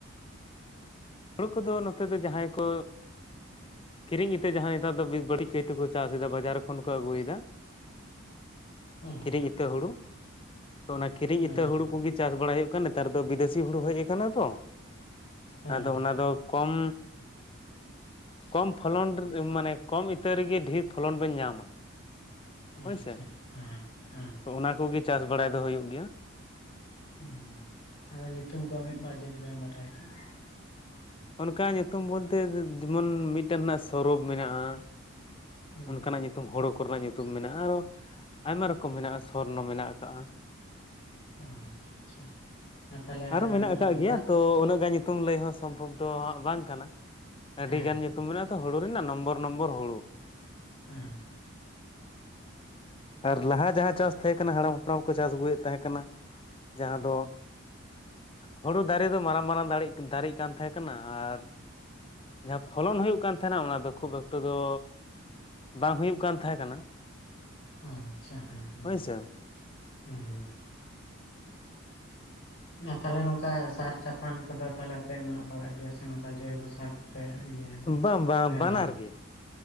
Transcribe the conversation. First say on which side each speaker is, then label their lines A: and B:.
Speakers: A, on the left (about 25°); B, on the left (about 60°).
A: ᱦᱩᱲᱩ ᱠᱚᱫᱚ ᱱᱚᱛᱮ ᱫᱚ ᱡᱟᱦᱟᱸᱭ ᱠᱚ ᱠᱤᱨᱤᱧ ᱤᱛᱟᱹ ᱡᱟᱦᱟᱭ ᱱᱮᱛᱟᱨ ᱫᱚ ᱵᱤᱲᱵᱟᱲᱤᱡ ᱠᱟᱹᱭᱛᱮᱠᱚ ᱪᱟᱥ ᱮᱟ ᱵᱟᱡᱟᱨ ᱠᱷᱚᱱ ᱠᱚ ᱟᱹᱜᱩᱭᱮᱫᱟ
B: ᱚ
A: ᱠᱤᱨᱤᱧ ᱤᱛᱟᱹ ᱦᱩᱲᱩ ᱚᱱᱟ ᱠᱤᱨᱤᱧ
B: ᱦᱮᱸ
A: ᱤᱛᱟᱹ
B: ᱦᱮᱸ
A: ᱦᱩᱲᱩ ᱠᱚᱜᱮ ᱪᱟᱥ ᱵᱟᱲᱟᱭ ᱦᱩᱭᱩᱜ ᱠᱟᱱᱟ ᱱᱮᱛᱟᱨ ᱫᱚ ᱵᱤᱫᱮᱥᱤ ᱦᱩᱲᱩ ᱦᱮᱡ ᱟᱠᱟᱱᱟ ᱛᱚ
B: ᱦᱮᱸ
A: ᱟᱫᱚ ᱚᱱᱟ ᱫᱚ ᱠᱚᱢ ᱠᱚᱢ ᱯᱷᱚᱞᱚᱱ ᱢᱟᱱᱮ ᱠᱚᱢ ᱤᱛᱟᱹ ᱨᱮᱜᱮ ᱰᱷᱮᱨ ᱯᱷᱚᱞᱚᱱ ᱵᱤᱱ ᱧᱟᱢᱟ
B: ᱟᱪᱪᱷᱟ
A: ᱦᱳᱭᱥᱮ
B: ᱦᱮᱸ ᱦᱮᱸ
A: ᱛᱚ ᱚᱱᱟ ᱠᱚᱜᱮ ᱪᱟᱥ ᱵᱟᱲᱟᱭ ᱫᱚ ᱦᱩᱭᱩᱜ ᱜᱮᱭᱟ
B: ᱦᱩᱸ ᱟᱫᱚ ᱧᱩᱛᱩᱢ ᱠᱚ ᱢᱤᱫ ᱵᱟᱨ ᱡᱩᱫᱤ ᱵᱮᱱ ᱵᱟᱰᱟᱭ ᱠᱷᱟᱱ
A: ᱚᱱᱠᱟ ᱧᱩᱛᱩᱢ ᱵᱚᱞᱛᱮ ᱡᱮᱢᱚᱱ ᱢᱤᱫᱴᱮᱱ ᱨᱮᱱᱟᱜ ᱥᱚᱨᱚᱵ ᱢᱮᱱᱟᱜᱼᱟ
B: ᱦᱩᱸ
A: ᱚᱱᱠᱟᱱᱟᱜ ᱧᱩᱛᱩᱢ ᱦᱳᱲᱳ ᱠᱚᱨᱮᱱᱟᱜ ᱧᱩᱛᱩᱢ ᱢᱮᱱᱟᱜᱼᱟ ᱟᱨᱚ ᱟᱭᱢᱟ ᱨᱚᱠᱚᱢ ᱢᱮᱱᱟᱜᱼᱟ ᱥᱚᱨᱱᱚ ᱢᱮᱱᱟᱜ ᱟᱠᱟᱟᱜ
B: ᱚ ᱟᱪᱷᱟ ᱛᱟᱦᱚᱞᱮ
A: ᱟᱨᱚ ᱢᱮᱱᱟᱜ ᱟᱠᱟᱜ ᱜᱮᱭᱟ
B: ᱪᱟᱥ
A: ᱛᱚ ᱩᱱᱟᱹᱜ ᱜᱟᱱ ᱧᱩᱛᱩᱢ ᱞᱟᱹᱭ ᱦᱚᱸ ᱥᱚᱢᱵᱷᱚᱵ ᱫᱚ ᱦᱟᱜ ᱵᱟᱝ ᱠᱟᱱᱟ ᱟᱹᱰᱤᱜᱟᱱ
B: ᱦᱮᱸ
A: ᱧᱩᱛᱩᱢ ᱢᱮᱱᱟᱜᱼᱟ ᱛᱚ ᱦᱩᱲᱩ ᱨᱮᱤ ᱱᱚᱢᱵᱚᱨ ᱱᱚᱢᱵᱚᱨ ᱦᱩᱲᱩ
B: ᱦᱮᱸᱻ
A: ᱟᱨ ᱞᱟᱦᱟ ᱡᱟᱦᱟᱸ ᱪᱟᱥ ᱛᱟᱦᱮ ᱠᱟᱱᱟ ᱦᱟᱲᱟᱢ ᱦᱟᱯᱲᱟᱢ ᱠᱚ ᱪᱟᱥ ᱟᱹᱜᱩᱭᱮᱫ ᱛᱟᱦᱮᱸ ᱠᱟᱱᱟ ᱡᱟᱦᱟᱸ ᱫᱚ ᱦᱳᱲᱳ ᱫᱟᱨᱮ ᱫᱚ ᱢᱟᱨᱟᱝ ᱢᱟᱨᱟᱝ ᱫᱟᱲᱮ ᱫᱟᱨᱮᱜ ᱠᱟᱱ ᱛᱟᱦᱮᱸ ᱠᱟᱱᱟ ᱟᱨ ᱡᱟᱦᱟᱸ ᱯᱷᱚᱞᱚᱱ ᱦᱩᱭᱩᱜ ᱠᱟᱱ ᱛᱟᱦᱮᱱᱟ ᱚᱱᱟ ᱫᱚ ᱠᱷᱩᱵ ᱮᱠᱴᱚ ᱫᱚ ᱵᱟᱝ ᱦᱩᱭᱩᱜ ᱠᱟᱱ ᱛᱟᱦᱮᱸ ᱠᱟᱱᱟ
B: ᱟᱪᱪᱷᱟ ᱦᱮᱸ ᱦᱮᱸ
A: ᱦᱳᱭᱥᱮ
B: ᱦᱮᱸᱻ ᱟᱨ ᱛᱟᱦᱚᱞᱮ ᱱᱚᱝᱠᱟ ᱥᱟᱨ ᱪᱟᱯᱟᱱ ᱠᱚᱫᱚ ᱛᱟᱦᱞᱮ ᱯᱮ ᱮᱢᱟᱜ ᱵᱟᱲᱟᱜ ᱜᱮᱭᱟ ᱥᱮ ᱱᱚᱝᱠᱟ ᱡᱳᱭᱵᱚᱥᱟᱨ ᱯᱮ ᱤᱭᱟᱹᱭᱟ
A: ᱵᱟᱝ ᱵᱟᱝ
B: ᱵᱮᱵᱚᱦᱟᱨᱟ
A: ᱵᱟᱱᱟᱨ ᱜᱮ